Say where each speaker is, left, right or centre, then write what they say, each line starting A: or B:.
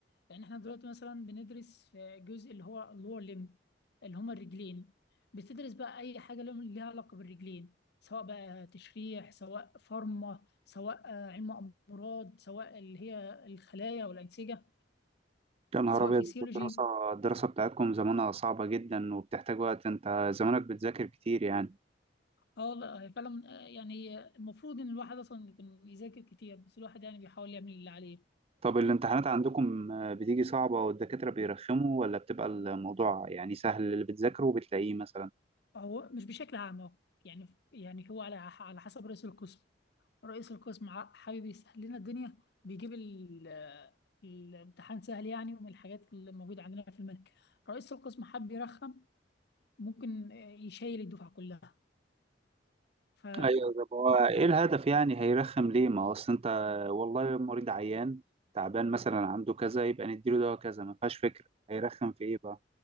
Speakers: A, on the left; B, on the right.
A: يعني احنا دلوقتي مثلا بندرس في جزء اللي هو اللور ليمب اللي هما الرجلين بتدرس بقى اي حاجه لهم- ليها علاقه بالرجلين سواء بقى تشريح سواء فارما سواء آه، علم امراض سواء اللي هي الخلايا والانسجه
B: يا نهار
A: سواء
B: أبيض
A: فيسيولوجي
B: انتوا الدراسة الدراسة بتاعتكم زمانها صعبة جدا وبتحتاج وقت انت زمانك بتذاكر كتير يعني
A: اه والله هي فعلا من- آه، يعني هي المفروض ان الواحد اصلا بن- يذاكر كتير بس الواحد يعني بيحاول يعمل اللي عليه
B: طب الامتحانات عندكم آه، بتيجي صعبة والدكاترة بيرخموا ولا بتبقى الموضوع يعني سهل اللي بتذاكره وبتلاقيه مثلا
A: هو مش بشكل عام اهو يعني يعني هو على على حسب رئيس القسم رئيس القسم ع- حابب يسهل لنا الدنيا بيجيب ال- آه، الامتحان سهل يعني ومن الحاجات اللي موجودة عندنا في الملك رئيس القسم حب يرخم ممكن آه، يشيل الدفعة كلها ف
B: ايوه ده هو ايه الهدف يعني هيرخم ليه ما هو اصل انت والله المريض عيان تعبان مثلا عنده كذا يبقى نديله دواء كذا ما فيهاش فكرة هيرخم في ايه بقى